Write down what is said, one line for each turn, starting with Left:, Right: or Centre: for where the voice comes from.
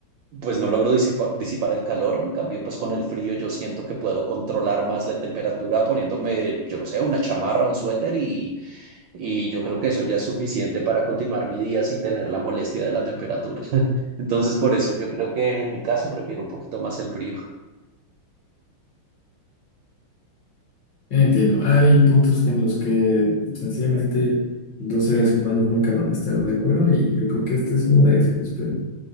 Right: pues no logro disipa- disipar el calor, en cambio pues con el frío yo siento que puedo controlar más la temperatura poniéndome, yo no sé, una chamarra, un suéter y, y yo creo que eso ya es suficiente para continuar mi día sin tener la molestia de la temperatura. <laughs> Entonces por eso yo creo que en mi caso prefiero un poquito más el frío.
Left: Entiendo, hay puntos en los que sencillamente dos seres humanos nunca van a estar de acuerdo y yo creo que este es uno de esos, pero